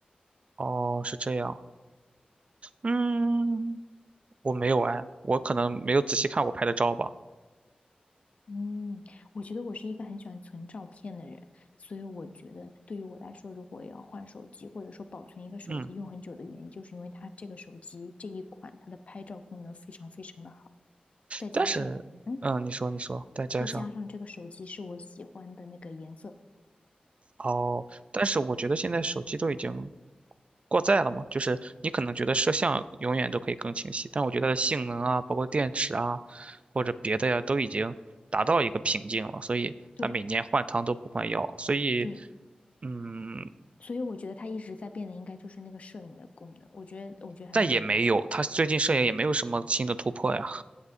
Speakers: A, on the right (about 45°); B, on the left (about 50°).
A: 哦，是这样。嗯，我没有哎，我可能没有仔细看我拍的照吧。
B: 嗯，我觉得我是一个很喜欢存照片的人，所以我觉得对于我来说，如果要换手机，或者说保存一个手机用很久的原因，
A: 嗯。
B: 就是因为它这个手机这一款它的拍照功能非常非常的好，再加上嗯，
A: 但是，嗯，你说你说，再加上
B: 再加上这个手机是我喜欢的那个颜色，
A: 哦，但是我觉得现在手机都已经过载了嘛，就是你可能觉得摄像永远都可以更清晰，但我觉得它的性能啊，包括电池啊，或者别的呀，都已经达到一个瓶颈了，所以它每年换汤都不换药，
B: 对
A: 所以，
B: 对，
A: 嗯，
B: 所以我觉得它一直在变的应该就是那个摄影的功能，我觉得我觉得还蛮。
A: 但也没有，它最近摄影也没有什么新的突破呀。